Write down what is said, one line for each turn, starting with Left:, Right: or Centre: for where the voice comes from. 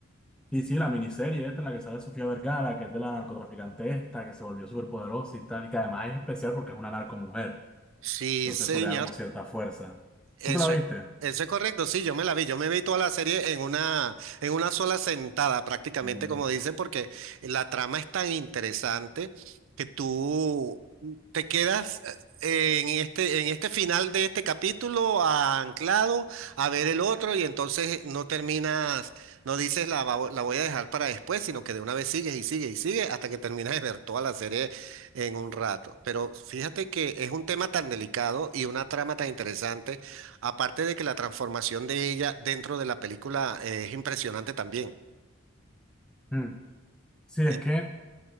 Centre: Sí, sí, la miniserie esta en la que sale Sofía Vergara, que es de la narcotraficante esta, que se volvió superpoderosa y tal, y que además es especial porque es una narcomujer.
Right: Sí,
Centre: Entonces
Right: señor.
Centre: eso le da como cierta fuerza.
Right: Eso
Centre: ¿Tú te la viste?
Right: es, eso es correcto, sí, yo me la vi, yo me vi toda la serie en una, en una sola sentada, prácticamente
Centre: No.
Right: como dicen, porque la trama es tan interesante que tú te quedas eh, en este, en este final de este capítulo anclado a ver el otro y entonces no terminas, no dices la, va- la voy a dejar para después, sino que de una vez sigues y sigues y sigues hasta que terminas de ver toda la serie en un rato. Pero fíjate que es un tema tan delicado y una trama tan interesante Aparte de que la transformación de ella dentro de la película eh, es impresionante también.
Centre: Mm, Sí,
Right: Eh,
Centre: es que...